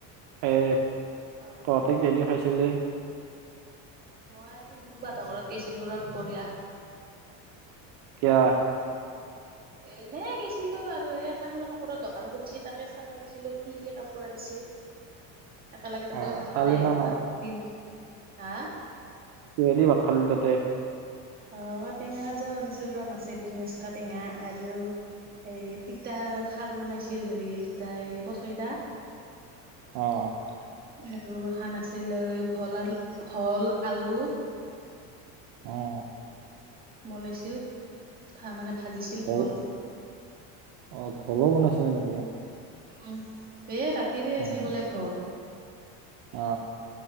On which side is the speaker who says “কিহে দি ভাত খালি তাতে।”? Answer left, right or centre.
Right